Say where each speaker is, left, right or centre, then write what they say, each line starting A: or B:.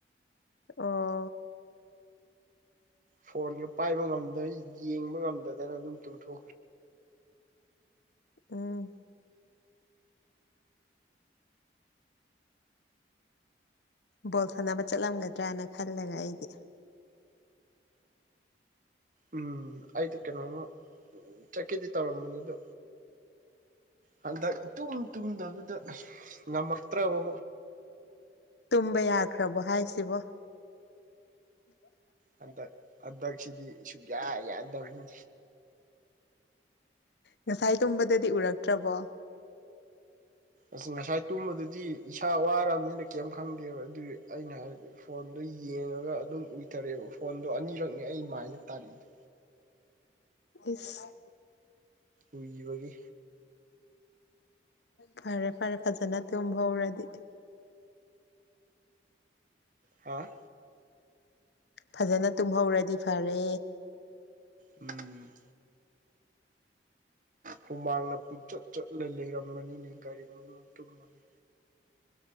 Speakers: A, on the left; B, on the right.
A: ꯑꯣ
B: ꯐꯣꯟꯒ ꯄꯥꯏꯕ ꯉꯝꯗ ꯌꯦꯡꯕ ꯉꯝꯗꯗꯅ ꯑꯗꯨꯝ ꯇꯨꯝꯊꯣꯛꯈ꯭ꯔꯦ
A: ꯎꯝ ꯕꯣꯜ ꯁꯥꯟꯅꯕ ꯆꯠꯂꯝꯒꯗ꯭ꯔꯅ ꯈꯜꯂꯒ ꯑꯩꯗꯤ
B: ꯎꯝ ꯑꯩꯗ ꯀꯩꯅꯣꯝꯃ ꯆꯠꯀꯦꯗꯤ ꯇꯧꯔꯝꯕꯅꯦ ꯑꯗ ꯍꯟꯗꯛ ꯏꯇꯨꯝ ꯇꯨꯝꯗꯕꯗ ꯉꯝꯃꯛꯇ꯭ꯔꯕ
A: ꯇꯨꯝꯕ ꯌꯥꯈ꯭ꯔꯕꯣ ꯍꯥꯏꯁꯤꯕꯣ
B: ꯍꯟꯗꯛ ꯍꯟꯗꯛꯁꯤꯗꯤ ꯁꯨꯨꯡꯌꯥ ꯌꯥꯗꯕꯤꯅꯤ
A: ꯉꯁꯥꯏ ꯇꯨꯝꯕꯗꯗꯤ ꯎꯔꯛꯇ꯭ꯔꯕꯣ
B: ꯑꯁ ꯉꯁꯥꯏ ꯇꯨꯝꯕꯗꯨꯗꯤ ꯏꯁꯥ ꯋꯥꯔꯕꯅꯤꯅ ꯀꯔꯤꯝ ꯈꯪꯗꯦꯕ ꯑꯗꯨ ꯑꯩꯅ ꯍꯥꯏꯦ ꯐꯣꯟꯗꯨꯣ ꯌꯦꯡꯉꯒ ꯑꯗꯨꯝ ꯎꯏꯊꯔꯛꯑꯦꯕ ꯐꯣꯟꯗꯣ ꯑꯅꯤꯔꯛꯅꯦ ꯑꯩ ꯃꯥꯏꯅ ꯇꯥꯔꯛꯏꯗꯣ
A: ꯏꯁ
B: ꯎꯏꯒꯤꯕꯒꯤ
A: ꯐꯔꯦ ꯐꯔꯦ ꯐꯖꯅ ꯇꯨꯝꯍꯧꯔꯗꯤ
B: ꯍꯥꯥ
A: ꯐꯖꯅ ꯇꯨꯝꯍꯧꯔꯗꯤ ꯐꯔꯦ
B: ꯎꯝ ꯍꯨꯃꯥꯡꯅ ꯄꯨꯡꯆꯠ ꯆꯣꯠꯂ ꯂꯩꯔꯝꯕꯅꯤꯅꯦ ꯒꯥꯔꯤ ꯃꯅꯨꯡ ꯇꯨꯝꯃꯒ